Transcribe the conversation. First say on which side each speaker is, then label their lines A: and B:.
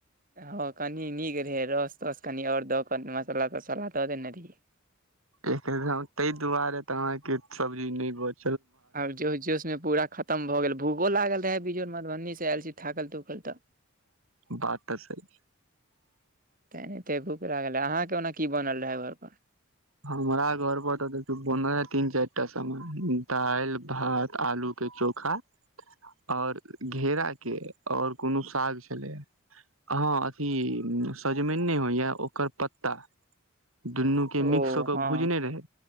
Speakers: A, on the right; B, on the right.
A: हँ, कनी नीक रहे रस तस कनि आओर दऽ क मसाला तसाला दऽ देने रहियै।
B: एकरे- तय दुआरे त अहां के सबजी नइ बच
A: आब जोश जोश मे पूरा खतम भऽ गेल भूखो लागल रहय बिचमें मधुबन्नी से ऐल छी थाकल थुकल तऽ
B: बात तऽ सही
A: तें एतेक भुख लागल रैए। अहाँके ओना की बनल रहै घर पर?
B: हमरा घर पर तऽ देखयो बनैयैए तीन- चाइटा सामान दाइल, भात, आलू- के चोखा और घेरा के और कुनू साग छलैयैए। हं अथी सजमैन नइ होइया ओकर पत्ता। दुन्नू के मिक्स
A: ओ
B: क के
A: हँ
B: भुजने रहैय